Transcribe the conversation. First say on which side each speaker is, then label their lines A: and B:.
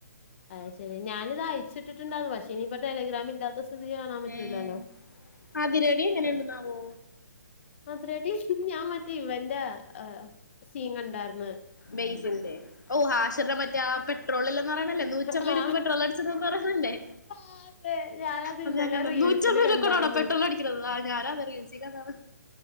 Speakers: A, on the left; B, on the left.
A: അത് ശരി, ഞാനിത് അയച്ചിട്ടിട്ട്ണ്ടാവും പക്ഷെ ഇനിയിപ്പ ടെലഗ്രാം ഇല്ലാത്ത സ് സ്ഥിതിക്ക് കാണാൻ പറ്റൂലല്ലോ
B: ഉം. അതിരടി എങ്ങനെയുണ്ടെന്നാവോ
A: അത് അതിരടി ഞാൻ മറ്റേ ഇവന്റെ ആ സീൻ കണ്ടാർന്ന്.
B: ബേസിലിന്റെ ഓഹ് ഹാഷിറിനെ മറ്റേ ആ പെട്രോളില്ലന്ന് പറയണല്ലേ? നൂറ്റമ്പത്
A: ആ
B: രുപക്ക് പെട്രോലടിച്ചത് പറയണതല്ലേ?
A: ആ, അതെ ഞാനത്
B: അത്
A: ഇന്നലെ
B: ഞാ ങ്ങണ്ട
A: റീൽസില്
B: നൂറ്റമ്പരൂപക്കണോടാ
A: കണ്ടാർന്ന്
B: പെട്രോള അടിക്കുന്നത് ആ ഞാനത് റീൽസിൽ കണ്ടതാ.